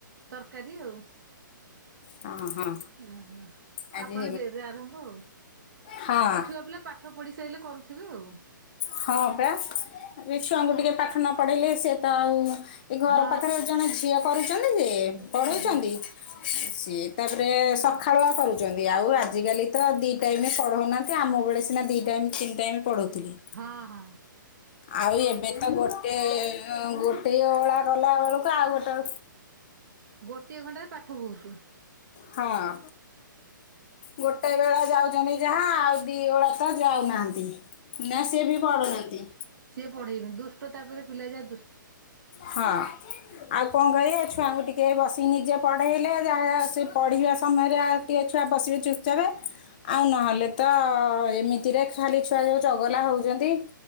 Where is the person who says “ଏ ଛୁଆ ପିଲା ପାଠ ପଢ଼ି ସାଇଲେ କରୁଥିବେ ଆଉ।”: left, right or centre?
Right